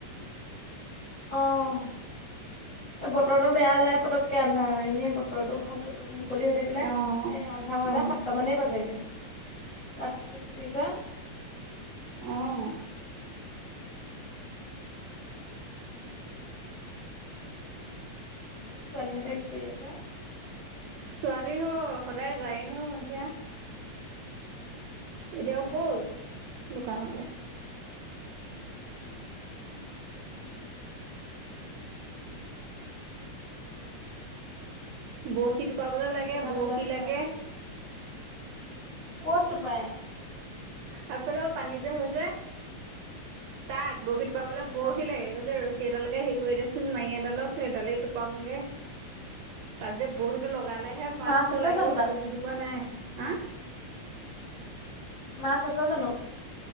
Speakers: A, on the left (about 55°); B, on the right (about 80°).
A: অৱ। এ বতৰটো বেয়া হ'লে পতককে আন্ধাৰ হয়। এনেই বতৰটো ভাল কলি হৈ থাকিলে
B: অ
A: এ আন্ধা হে
B: অ
A: সাতটা মানেই বাজেগে। ৰাচটি যে <unintelligible>
B: উম'।
A: উম'। ছোৱালীহঁতে কি কৰি আছে?
B: ছোৱালী হ সদায় যায় নহয় সন্ধিয়া। এতিয়া গ'ল, দোকানলৈ।
A: উম'।
B: বৰশী টোপাবলৈ লাগে
A: দেউতা
B: বৰশী
A: ভালে আছে?
B: লাগে।
A: ক'ত টোপায়?
B: আগফালে পানী যে হৈছে, তাত বহীত পাবলৈ বৰখিল
A: অ',
B: লাগে, কৈছে সেইডালকে হেৰি কৰি দেচোন মাৰি এডালক সেইডালেই টোপাওঁগে। তাৰি বহত <unintelligible> টো লগালেহে মাছতটো
A: মাছ আছে
B: লাগিব
A: জানো তাত?
B: সেইটো বুজি পোৱা নাই। হা?
A: মাছ আছা জানো?